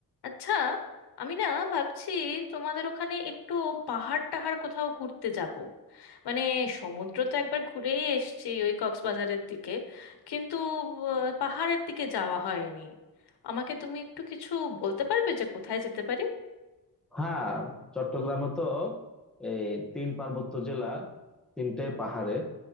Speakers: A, on the left; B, in the centre.
A: আচ্ছা আমি না ভাবছি তোমাদের ওখানে একটু পাহাড় টাহাড় কোথাও ঘুরতে যাব মানে সমুদ্র তো একবার ঘুরেই এসেছি ওই কক্সবাজারের দিকে কিন্তু আহ, পাহাড়ের দিকে যাওয়া হয়নি আমাকে তুমি একটু কিছু বলতে পারবে যে কোথায় যেতে পারি
B: হ্যাঁ চট্টগ্রামে তো এই তিন পার্বত্য জেলা তিনটে পাহাড়ে